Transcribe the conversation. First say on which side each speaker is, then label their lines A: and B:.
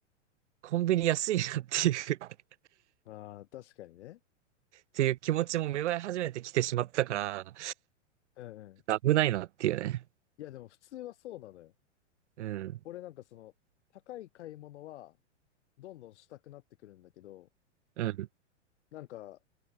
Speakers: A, on the right; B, on the left.
A: コンビニ安いなっていう <laughs> っ
B: ああ、確かにね。
A: ていう気持ちも芽生え始めてきてしまったか
B: うんうん。
A: ら、危ないなっていうね。
B: いや、でも普通はそうなのよ。
A: うん。
B: 俺なんかその、高い買い物は、どんどんしたくなってくるんだけど、
A: うん。
B: なんか、